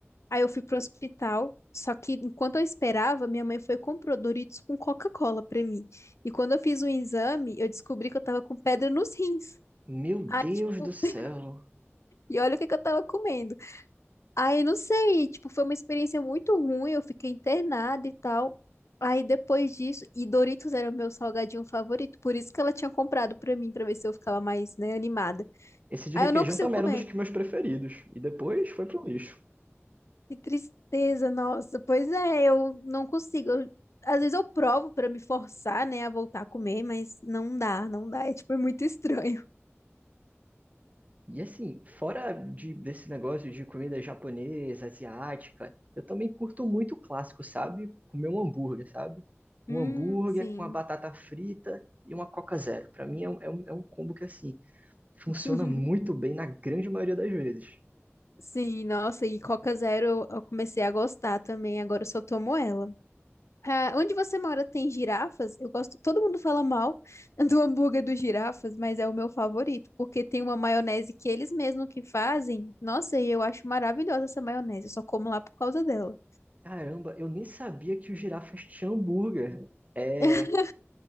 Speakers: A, on the left; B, on the right.
A: Aí eu fui pro hospital. Só que enquanto eu esperava, minha mãe foi e comprou Doritos com Coca-Cola pra mim. E quando eu fiz o exame, eu descobri que eu tava com pedra nos rins.
B: Meu Deus
A: Aí, tipo,
B: do céu!
A: <laughs> e olha o que que eu tava comendo. Aí, não sei, tipo, foi uma experiência muito ruim, eu fiquei internada e tal. Aí depois disso, e Doritos era o meu salgadinho favorito, por isso que ela tinha comprado pra mim, pra ver se eu ficava mais, né, animada.
B: Esse de
A: Aí
B: requeijão
A: eu não consigo
B: também
A: comer.
B: era um dos que meus preferidos e depois foi pro lixo.
A: Que tristeza, nossa. Pois é, eu não consigo. Eu- às vezes eu provo pra me forçar, né, a voltar a comer, mas não dá, não dá. É tipo, é muito estranho.
B: E assim, fora de- desse negócio de comida japonesa, asiática, eu também curto muito o clássico, sabe? Comer um hambúrguer, sabe?
A: Hum,
B: Um hambúrguer
A: sim.
B: com a batata frita e uma Coca Zero. Pra mim é um, é um, é um combo que, assim, funciona
A: <laughs>
B: muito bem na grande maioria das vezes.
A: Sim, nossa, e Coca Zero eu, eu comecei a gostar também, agora eu só tomo ela. Ah, onde você mora tem girafas? Eu gosto, todo mundo fala mal <laughs> do hambúrguer dos girafas, mas é o meu favorito, porque tem uma maionese que eles mesmos que fazem. Nossa, e eu acho maravilhosa essa maionese, eu só como lá por causa dela.
B: Caramba, eu nem sabia que o girafas tinha hambúrguer. É,
A: <laughs>